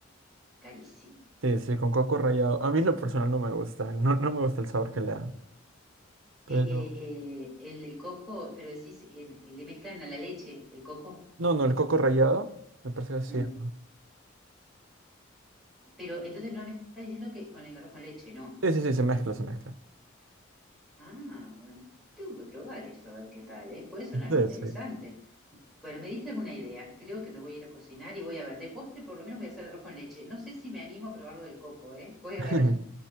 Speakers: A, in the centre; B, on the right (about 75°).
A: carísimo.
B: Sí, sí, con coco rallado. A mí en lo personal no me gusta. No, no me gusta el sabor que le da. Pero.
A: Eh, eh, eh, el, el coco, pero decís, eh, le mezclan a la leche el coco.
B: No, no, el coco rallado. Me parece que sí.
A: Mm.
B: ¿no?
A: Pero entonces no me estás diciendo que con el arroz con leche, no.
B: Sí, sí, sí, se mezcla, se mezcla.
A: Ah, bueno. Tengo que probar eso, a ver qué tal, ¿eh? Puede sonar
B: Sí,
A: interesante.
B: sí.
A: Bueno, me diste alguna idea. Creo que me voy a ir a cocinar y voy a ver. De postre, por lo menos voy a hacer arroz con leche. No sé si me animo a probar lo del coco, ¿eh? Voy a
B: <laughs>
A: ver.